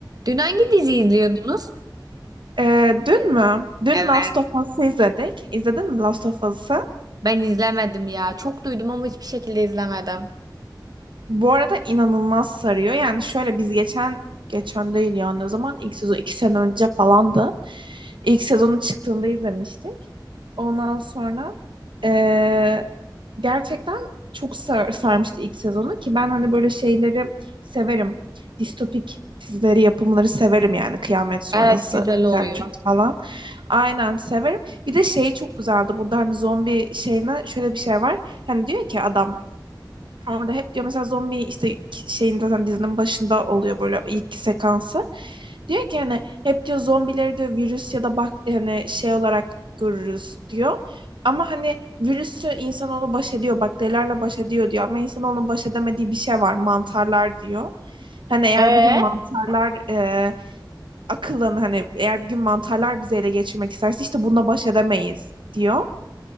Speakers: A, on the right (about 55°); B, on the right (about 80°).
A: Dün hangi dizi izliyordunuz?
B: Ee, dün mü? Dün
A: Evet.
B: Last of Us'ı izledik. İzledin mi Last of Us'ı?
A: Ben izlemedim ya. Çok duydum ama hiçbir şekilde izlemedim.
B: Bu arada inanılmaz sarıyor. Yani şöyle biz geçen geçen değil yani o zaman ilk sezon iki sene önce falandı. İlk sezonun çıktığında izlemiştik. Ondan sonra eee, gerçekten çok sar- sarmıştı ilk sezonu ki ben hani böyle şeyleri severim. Distopik dizileri, yapımları severim yani kıyamet sonrası
A: Evet güzel oluyor.
B: Zertürk falan. Aynen severim. Bir de şey çok güzeldi. Burada hani zombi şeyine şöyle bir şey var. Hani diyor ki adam Orada hep diyor mesela zombi işte şeyin zaten dizinin başında oluyor böyle ilk sekansı. Diyor ki hani hep diyor zombileri diyor virüs ya da bak hani şey olarak görürüz diyor. Ama hani virüsü insanoğlu baş ediyor, bakterilerle baş ediyor diyor. Ama insanoğlunun baş edemediği bir şey var, mantarlar diyor. Hani eğer
A: Ee,
B: bir gün mantarlar e, akıllan hani eğer bir gün mantarlar bizi ele geçirmek isterse işte bununla baş edemeyiz diyor.